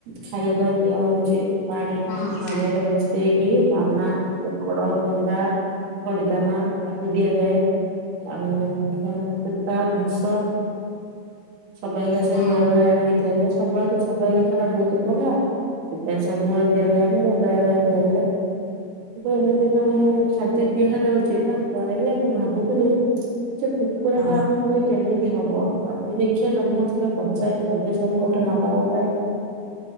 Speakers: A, on the right (about 85°); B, on the left (about 80°).
A: ଖାଇବା ପାଇଁ ଦିଆ ହଉଛି। ପାଣି <inaudible>
B: ହୁଁ
A: ସେଗି ଦାନ ଚୋଖଡ ଗୁଣ୍ଡା। ଖଡିଜାନ ତାକୁ ଦିଆଯାଏ। ଆଉ କୁଟା ଘାସ। ସବାଇ ଘାସେଇ
B: ହୁଁ
A: ବେଳେବେଳେ ଆଣିକି। ଦିଆଯାଏ ସମ୍ବଳ ତ ସମବୟ ଗଛଟା ବୋହୁତ ଟଙ୍ଗା ସମ୍ବୂଳ ଦିଆଯାଏନି ବେଳେ ବେଳେ ଦିଆଯାଏ ଏମିତି ସବୁ ଖାଦ୍ୟ ଦିଆ ଯାଉଛି ତାପରେ ହି ଆମେ ଭାବୁଥିଲୁ। ସେ କୁକୁଡ଼ା
B: ହୁଁ
A: ଫାର୍ମ କଲେ କେବ। ହବ ଆ ଦେ। ଦେଖିଆ ତମକୁ ଥରେ ପଚାରେ। <unintelligible>
B: ହୁଁ
A: ଗୋଟେ ନବା ଦରକାର।